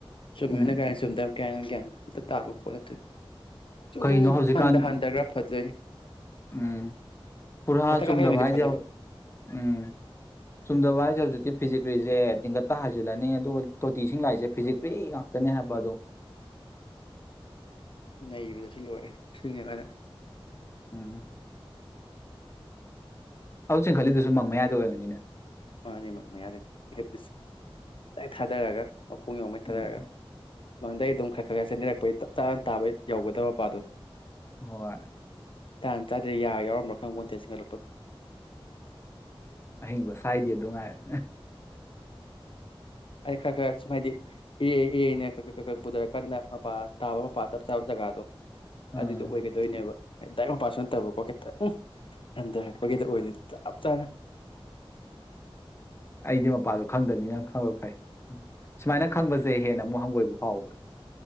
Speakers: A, on the left (about 60°); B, on the left (about 25°).
A: ꯆꯨꯃꯤꯅ
B: ꯎꯝ
A: ꯀꯥꯏ ꯆꯗꯝ ꯀꯌꯥ ꯒꯌꯥ ꯑꯝꯇ ꯇꯥꯕ ꯈꯣꯠ ꯑꯗꯨꯗꯣ ꯁꯨꯝ
B: ꯀꯩꯅꯣ ꯍꯧꯖꯤꯛꯀꯥꯟ
A: ꯍꯟꯊ ꯍꯟꯊ ꯈ꯭ꯔꯥ ꯐꯖꯩ
B: ꯎꯝ ꯄꯨꯔꯍꯥ
A: ꯃꯊꯛ
B: ꯆꯨꯝꯗꯕ
A: ꯀꯥꯈꯠꯂꯤꯉꯩꯗꯤ
B: ꯍꯥꯏꯁꯦ
A: ꯐꯗꯣꯏꯕ
B: ꯎꯝ ꯆꯨꯝꯗꯕ ꯍꯥꯏꯁꯦ ꯍꯧꯖꯤꯛꯇꯤ ꯐꯤꯖꯤꯛꯀ꯭ꯔꯤꯁꯦ ꯇꯤꯡꯀꯠꯇ ꯍꯥꯏꯖꯤꯜꯂꯅꯤ ꯑꯗꯣ ꯇꯣꯇꯤꯁꯤꯡ ꯂꯥꯛꯏꯁꯦ ꯐꯤꯖꯤꯛꯀ꯭ꯔꯤ ꯉꯥꯛꯇꯅꯦ ꯍꯥꯏꯕ ꯑꯗꯣ
A: ꯅꯩꯕꯗꯁꯨ ꯂꯣꯏꯔꯦ ꯁꯤꯅꯦꯕ ꯑꯣꯏꯅ
B: ꯎꯝ ꯍꯧ ꯆꯤꯡ ꯈꯜꯂꯤꯗꯨꯁꯨ ꯃꯪ ꯃꯌꯥꯗ ꯑꯣꯏꯕꯅꯤꯅ
A: ꯃꯥꯅꯦ ꯃꯥ ꯃꯥ ꯌꯥꯔꯦꯅꯦ ꯇꯤꯠ ꯇꯥꯗꯔꯒ ꯃꯈꯣꯡ ꯌꯎ ꯃꯩꯊꯥꯗꯔꯒ
B: ꯎꯝ
A: ꯃꯪꯗꯒꯤ ꯑꯗꯨꯝ ꯈꯔ ꯈꯔ ꯈꯔ ꯆꯦꯟꯕꯤꯔꯛꯄꯩ ꯆꯞ ꯆꯥꯅ ꯇꯥꯕ ꯌꯧꯒꯗꯕ ꯃꯄꯥꯗꯣ
B: ꯍꯣꯏ
A: ꯇꯥꯡ ꯆꯥꯗꯔꯦ ꯌꯥ ꯌꯥꯎꯔꯝꯕ꯭ꯔꯥ ꯈꯪꯕꯣꯟꯇꯦ ꯆꯦꯟꯒꯠꯂꯛꯄꯗ
B: ꯑꯍꯤꯡꯕ ꯁꯥꯏꯗꯤ ꯑꯗꯨ ꯉꯥꯏꯔꯦ
A: ꯑꯩ ꯈꯔ ꯈꯔ ꯁꯨꯝ ꯍꯥꯏꯗꯤ ꯏꯔꯩ ꯏꯔꯦꯅ ꯀꯀ ꯀꯀ ꯄꯨꯊꯔ ꯀꯟꯅ ꯃꯄꯥ ꯇꯥꯕ ꯃꯄꯥ ꯆꯞ ꯆꯥꯕ ꯖꯒꯥꯗꯣ
B: ꯑꯥ
A: ꯑꯗꯨꯗꯣ ꯑꯣꯏꯒꯗꯣꯏꯅꯦꯕ ꯇꯗꯥꯥꯏꯄꯥ ꯑꯣꯏꯅ ꯇꯕꯀꯣ ꯈꯤꯇ ꯍꯟꯊꯔꯛꯄꯒꯤꯗ ꯑꯣꯏꯗꯅ ꯆꯞ ꯆꯥꯅ
B: ꯑꯩꯗꯤ ꯃꯄꯥꯗꯣ ꯈꯪꯗꯕꯅꯤꯅ ꯈꯪꯕ ꯐꯩ ꯎ ꯁꯨꯃꯥꯏꯅ ꯈꯪꯕꯁꯦ ꯍꯦꯟꯅ ꯑꯃꯨꯛ ꯍꯪꯒꯣꯏꯕ ꯐꯥꯎꯕꯅꯦ